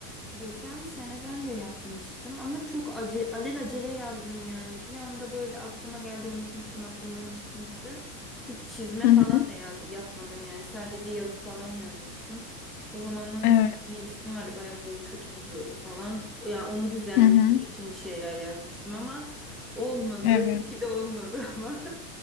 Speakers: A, in the centre; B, on the left.
A: Geçen sene ben de yapmıştım ama çok ace alelacele yazdım yani. Bir anda böyle aklıma geldi, unutmuştum, aklımdan çıkmıştı. Hiç çizme
B: Hı
A: falan
B: hı.
A: da yaz yapmadım yani. Sadece yazı falan yazmıştım. O zamanlar mesela
B: Evet.
A: bir ilişkim vardı, bayağı böyle kötü gidiyordu falan. Ya yani onun düzelmesi
B: Hı hı.
A: için bir şeyler yazmıştım ama olmadı.
B: Evet.
A: İyi ki de olmadı <laughs> ama.